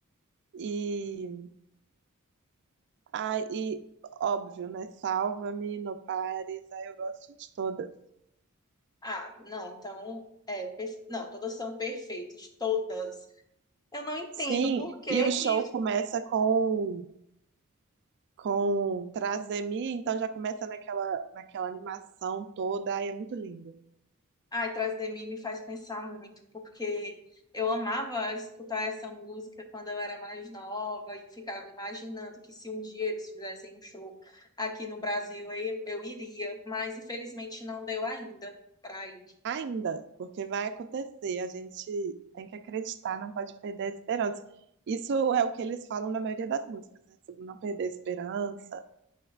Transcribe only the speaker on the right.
e. Ai, e óbvio, né? Salva-me, No Pares, aí eu gosto de todas.
Sim,
e o show
começa com. Com Trás de Mim, então já começa naquela, naquela animação toda, ai, é muito lindo.
Ainda, porque vai acontecer, a gente tem que acreditar, não pode perder a esperança. Isso é o que eles falam na maioria das músicas, né? Sobre não perder a esperança.